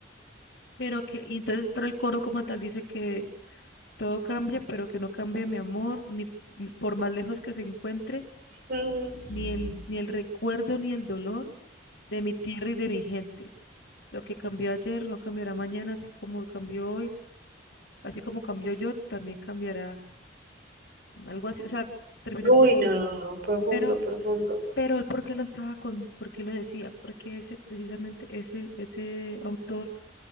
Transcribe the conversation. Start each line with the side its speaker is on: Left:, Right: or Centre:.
Left: pero que, y entonces, pero el coro como tal dice que todo cambia, pero que no cambia mi amor, ni ni por más lejos que se encuentre,
Right: Mm.
Left: ni el, ni el recuerdo, ni el dolor de mi tierra y de mi gente. Lo que cambió ayer no cambiará mañana, así como cambió hoy, así como cambió yo, también cambiará algo así, o sea, termina
Right: Uy,
Left: el cuento.
Right: no, no, no, profundo,
Left: Pero,
Right: profundo.
Left: pero el por qué lo estaba con, por qué lo decía, porque ese, precisamente ese, ese autor,